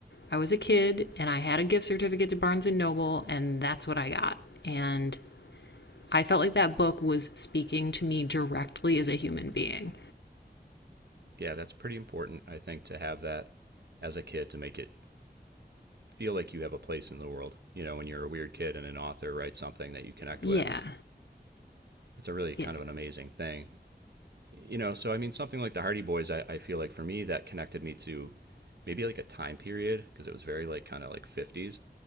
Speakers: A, on the left (about 80°); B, on the right (about 65°).
A: I was a kid and I had a gift certificate to Barnes and Noble, and that's what I got. And I felt like that book was speaking to me directly as a human being.
B: Yeah, that's pretty important. I think to have that as a kid to make it feel like you have a place in the world. You know, when you're a weird kid and an author writes something that you connect
A: Yeah.
B: with, it's a really kind
A: Yes.
B: of an amazing thing. you know, so I mean, something like the Hardy Boys, I, I feel like for me, that connected me to maybe like a time period because it was very like kind of like 50s,